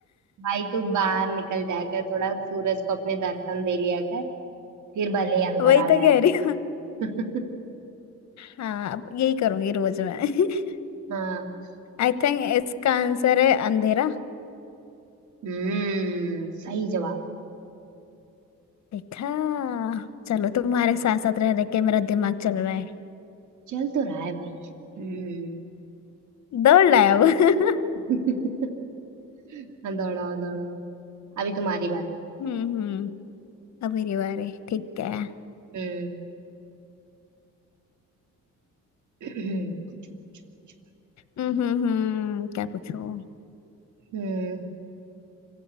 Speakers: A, on the right; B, on the left.
A: भाई तू बाहर निकल जाया कर थोड़ा सूरज को अपने दर्शन दे लिया कर फिर भले ही
B: <laughs>
A: अंदर
B: वही
A: आ जाया
B: तो कह
A: कर
B: रही हूँ
A: <laughs>
B: हाँ अब यही करूंगी रोज मैं <laughs>
A: हाँ
B: आई थिंक इसका आंसर है अंधेरा
A: हम्म सही जवाब
B: देखा चलो तुम्हारे साथ साथ रह रह के मेरा दिमाग चल रहा है
A: चल तो रहा है भाई हम्म
B: दौड़ लाया अब <laughs> हम्म
A: <laughs> हाँ, दौड़ाओ दौड़ाओ अभी तुम्हारी बारी
B: हम्म अब मेरी बारी ठीक है हम्म
A: हम्म <clears throat> पूछो पूछो पूछो
B: हम्म हम्म, क्या पूछूं
A: हम्म